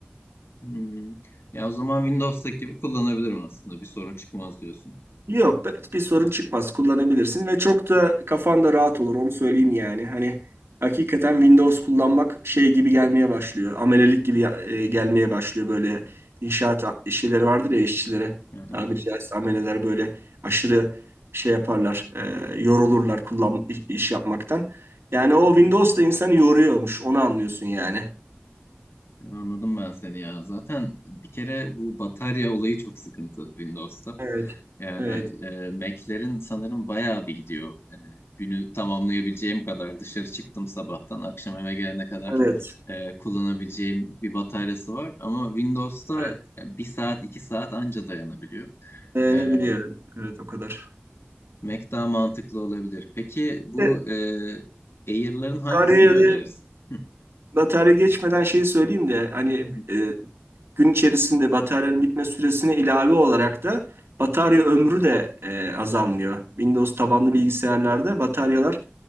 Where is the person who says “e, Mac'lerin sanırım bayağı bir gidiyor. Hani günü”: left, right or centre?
Left